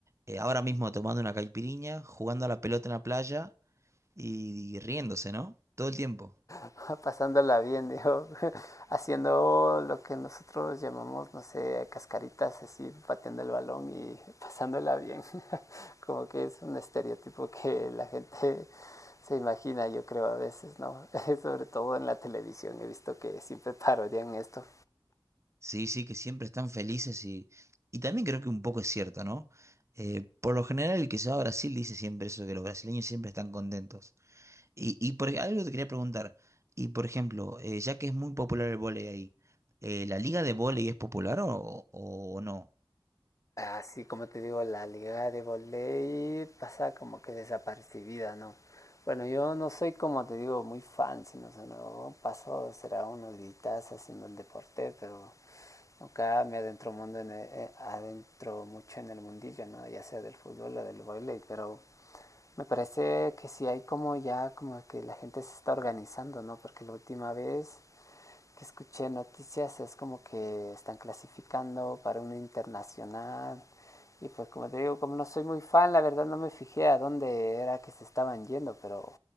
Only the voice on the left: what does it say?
<laughs> pasándola bien, digo, <laughs> haciendo lo que nosotros llamamos, no sé, cascaritas, así, pateando el balón y pasándola bien. <laughs> Como que es un estereotipo que la gente <laughs> se imagina, yo creo, a veces, ¿no? <laughs> Sobre todo en la televisión he visto que siempre <laughs> parodian esto.
Así como te digo, la liga de volei pasa como que desapercibida, ¿no? Bueno, yo no soy como te digo muy fan, sino o sea, no, paso será unos días haciendo el deporte, pero acá me adentro mundo en el- eh, adentro mucho en el mundillo no ya sea del fútbol o del baile pero me parece que sí hay como ya como que la gente se está organizando no porque la última vez que escuché noticias es como que están clasificando para una internacional. Y pues como te digo, como no soy muy fan, la verdad no me fijé a dónde era que se estaban yendo, pero